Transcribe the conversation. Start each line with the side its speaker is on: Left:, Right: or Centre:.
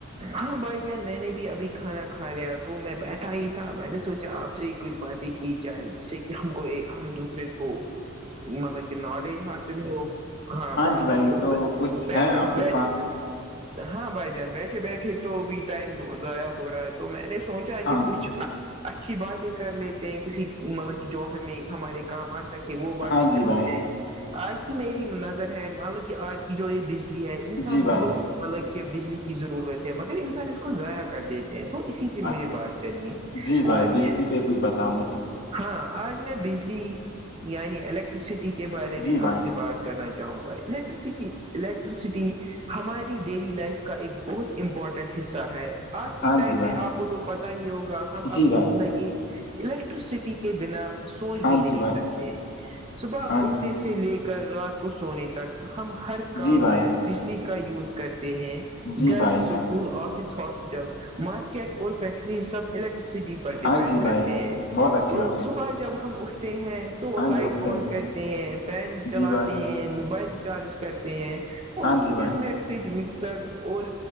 Right: ہاں بھائی جان میں نے بھی ابھی کھانا کھا لیا تو میں بیٹھا ہی تھا میں نے سوچا آپ سے کچھ باتیں کی جائے جس سے کہ ہم کو ہم دوسرے کو مطلب نالج حاصل ہو ہاں بھائی
Left: جی
Right: جان
Left: تو کچھ
Right: بیٹھے
Left: ہے آپ کے
Right: بیٹھ
Left: پاس
Right: ہاں بھائی جان بیٹھے بیٹھے تو بھی ٹائم ضائع ہو رہا ہے تو میں نے سوچا ہے
Left: ہاں
Right: کہ کچھ
Left: جی
Right: <unintelligible> اچھی باتیں کر لیتے ہیں کسی مطلب کہ جو ہمیں ہمارے کام آ سکتے کہ وہ باتیں
Left: ہاں
Right: کرنی
Left: جی بھائی
Right: چاہ آج کی میری نظر ہے مان لو کہ آج کی جو یہ بجلی ہے انسان
Left: جی بھائی
Right: بہت مطلب کہ بجلی کی ضرورت ہے مگر انسان اس کو ضائع کر دیتے ہیں تو اسی پہ مجھے
Left: اچھا
Right: بات کرنی ہے
Left: جی بھائی
Right: آج
Left: بجلی
Right: میں
Left: پہ کچھ بتاؤ مجھے
Right: ہاں آج میں بجلی یعنی الیکٹرسٹی کے بارے میں
Left: جی بھائی
Right: آپ سے بات کرنا چاہوں گا الیکٹرسٹی الیکٹرسٹی ہماری ڈیلی لائف کا ایک بہت امپورٹنٹ حصہ ہے آج کے
Left: ہاں
Right: ٹائم
Left: جی بھائی
Right: میں آپ کو تو پتا ہی ہوگا ہم
Left: جی
Right: اپنی
Left: بھائی
Right: زندگی الیکٹرسٹی کے بنا سوچ
Left: ہاں
Right: بھی نہیں
Left: جی بھائی
Right: سکتے صبح
Left: ہاں
Right: اٹھنے
Left: جی
Right: سے لے کے کر رات کو سونے تک ہم ہر کام
Left: جی بھائی
Right: میں بجلی کا یوز کرتے ہیں
Left: جی
Right: گھر
Left: بھائی
Right: اسکول
Left: جان
Right: آفس ہاسپٹل مارکیٹ اور فیکٹری سب الیکٹرسٹی ڈیپینڈ
Left: ہاں جی
Right: کرتے
Left: بھائی
Right: ہیں
Left: بہت اچھی
Right: تو
Left: بات ہے
Right: صبح جب ہم اٹھتے ہیں تو
Left: ہاں
Right: لائٹ
Left: جی اٹھتے
Right: آن
Left: ہیں
Right: کرتے ہیں فین چلاتے
Left: جی بھائی
Right: ہیں موبائل چارج کرتے ہیں اور
Left: ہاں
Right: کچن
Left: جی بھائی
Right: میں فریج مکسر اور